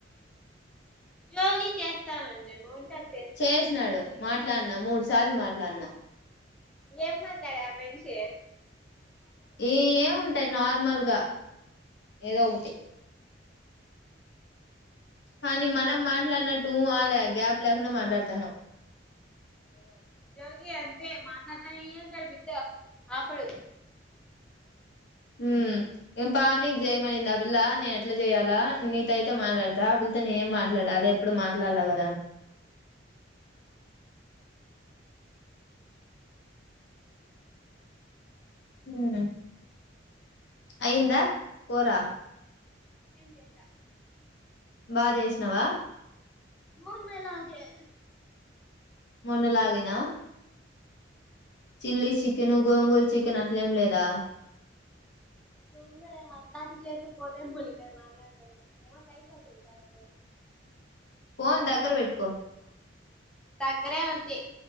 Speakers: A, in the centre; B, on the left (about 65°).
A: జోగి చేస్తానన్నేమోన్ టల్ చేస్తా
B: చేసినాడు మాట్లాడినా మూడు సార్లు మాట్లాడినా
A: ఏం మాట్లాడే ఆ మెన్షి
B: ఈ ఏముంటాయి నార్మల్గా ఏదో ఒకటి కానీ మనం మాట్లాడినట్టు ఊ అ లే గ్యాప్ లేకుండా మాట్లాడతన్నవు
A: జోగి అంతే మాట్లాడతానే ఉంటాడు <unintelligible> దే ఆపడు
B: హ్మ్ ఇం పావనీకి జేయమనింది ఆ పిల్ల నేను ఎట్లా చేయాలా నీతో అయితే మాట్లాడతా ఆ పిల్లతో నేనేం మాట్లాడాలి ఎప్పుడు మాట్లాడల కదా ఉమ్మ్ అయ్యిందా కూర
A: చికెన్ చేశా
B: బా జేసినావా
A: మొన్నిలాగే
B: మొన్న లాగేనా ల్లీ చికెన్ గోంగూర చికెన్ అట్లేం లేదా
A: గోంగూరే అట్లాటివి చేసే పోతే మని కాదు నాలాంటోళ్ళు ఏమో ట్రై చేసే ఈ సారి <inaudible>
B: ఫోన్ దగ్గర పెట్టుకో
A: దగ్గరే ఉంది